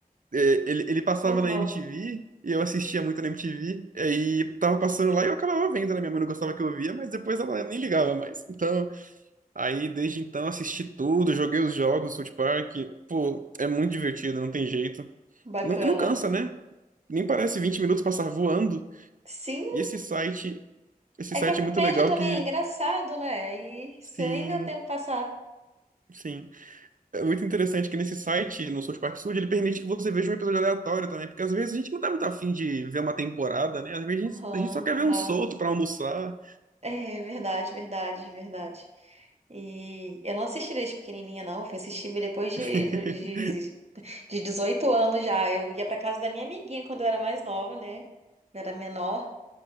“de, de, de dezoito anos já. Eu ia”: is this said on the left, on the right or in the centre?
Right